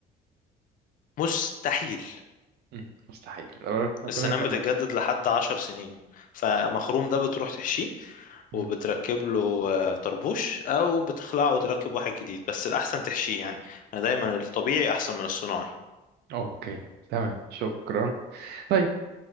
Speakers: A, on the left (about 55°); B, on the right (about 75°).
A: مستحيل
B: مم، مستحيل ربنا
A: السنان
B: يطمن
A: بتتجدد لحد عشر سنين فمخروم ده بتروح تحشيه
B: مم،
A: وبتركب له آه، طربوش او بتخلعه وتركب واحد جديد بس الاحسن تحشيه يعني انا دايما الطبيعي احسن من الصناعي
B: أوكي تمام شكرا طيب